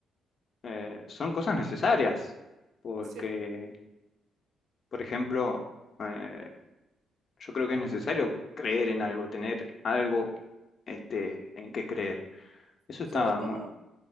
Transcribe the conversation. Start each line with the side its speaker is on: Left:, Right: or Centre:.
Left: eh, son cosas necesarias, porque,
Right: Sí.
Left: por ejemplo, eh, yo creo que es necesario creer en algo, tener algo este, en qué creer. Eso
Right: Sobre
Left: está
Right: todo,
Left: muy,